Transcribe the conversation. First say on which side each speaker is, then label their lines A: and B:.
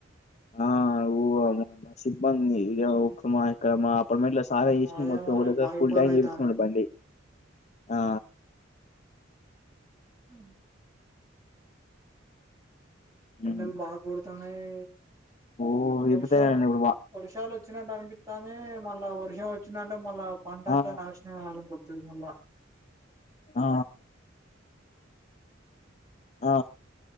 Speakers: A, on the left (about 35°); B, on the right (about 20°).
A: ఆ ఊ న్ సిబ్బంది ఇగ మా ఇక్కడ మా అపార్మెంట్ల స్ చాలా చేసిన
B: అదే
A: మొత్తం
B: మరి
A: ఒకటే సారి
B: బాగా
A: ఫుల్
B: ఇబ్బంది
A: ట్యాంక్
B: అయితాంది
A: చేపించుకునడు బండి ఆ
B: హ్
A: హ్మ్
B: ఎండల్ బా కొడతాన్నాయి
A: ఓ విపుతారండి
B: వర్ షమ్
A: ఇప్పుడు బా
B: వర్షాల్ లోచ్ వచ్చినట్టు అన్ పితాంది మళ్ళా వర్షం వొచ్చిందంటే మళ్ళా పంట అంతా
A: ఆ
B: నాశ్ నమే అలమ్ గో త్రిముళ్ళ
A: ఆ ఆ